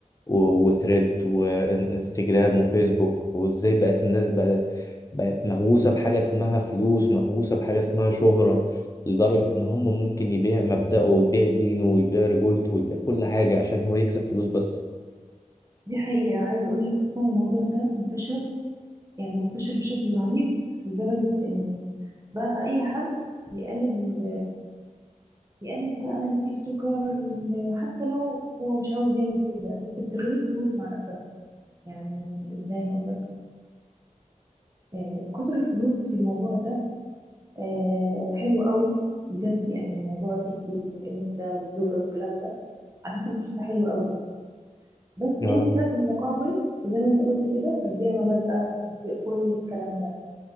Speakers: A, on the left; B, on the right.
A: و- وثريد وانستجرام وفيسبوك وازاي بقت الناس بقت بقت مهووسة بحاجة اسمها فلوس مهووسة بحاجة اسمها شهرة لدرجة ان هم ممكن يبيع مبدأه ويبيع دينه ويبيع رجولته ويبيع كل حاجة عشان هو يكسب فلوس بس
B: دي حقيقة عايزة أقول لك أصلا الموضوع ده انتشر يعني انتشر بشكل رهيب لدرجة إن بقى أي حد يقلد ال يقلد بقى التيك توكر وال- حتى لو هو مش عاوز يعمل كده بس بتغري الفلوس مع الأسف يعني إزاي هقول لك آه كتر الفلوس في الموضوع ده آه حلو قوي بجد يعني موضوع التيك توك والإنستا والبلوجر والكلام ده على فكرة فلوسها حلوة قوي بس
A: اه
B: أنت في المقابل زي ما أنت قلت كده تتبيع مبادئك تطبيق كل الكلام ده